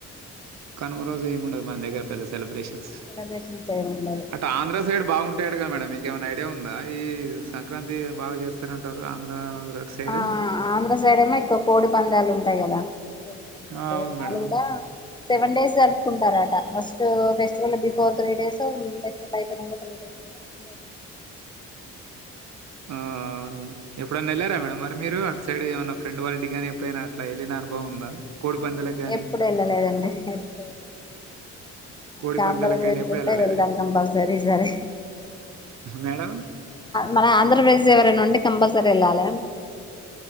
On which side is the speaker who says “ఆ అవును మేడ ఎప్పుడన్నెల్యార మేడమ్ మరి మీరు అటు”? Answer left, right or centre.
Right